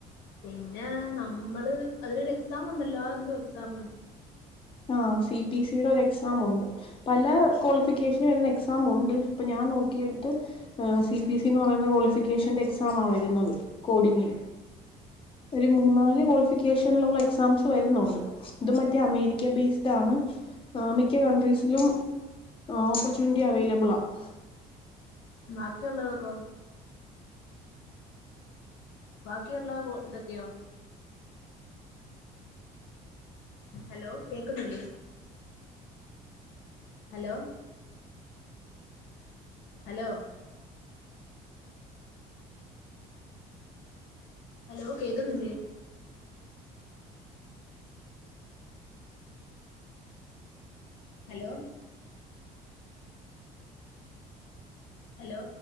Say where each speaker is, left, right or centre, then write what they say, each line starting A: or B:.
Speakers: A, on the left; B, on the left.
A: പിന്നെ നമ്മള് അതിലൊരു എക്സാം ഉണ്ടല്ലോ അതെന്തുവാ എക്സാം
B: ആ സി പി സിയുടെ ഒര് എക്സാം ഒണ്ട് പല ക്വാളിഫിക്കേഷന് വെര്ന്നാ എക്സാം ഉണ്ട് ഇപ്പം ഞാൻ നോക്കിയെടുത്ത് സി പിഎസ് സി എന്ന് പറയുന്ന കൊളിഫി ഷേന്റെ എക്സാമ വെര്ന്നത് കൊടിങ്ങില് ഒര് മൂന്നാല് കൊളിഫിക്കേഷനിലെള്ള എക്സാംസ് വെര്ന്നുണ്ട് ഇത് മറ്റേ അമേരി ബേസിഡാണ് മിക്ക കണ്ട്രീസിലും ഓപ്പർച്ചുനുറ്റി അവൈലബിളാണ്
A: ബാക്കിയെള്ളതൊക്കോ ബാക്കിയെള്ള കോ ഇതൊക്കെയോ ഹലോ കേക്ക്ന്നില്ലേ ഹലോ ഹലോ ഹലോ കേക്കുന്നില്ലേ ഹലോ ഹലോ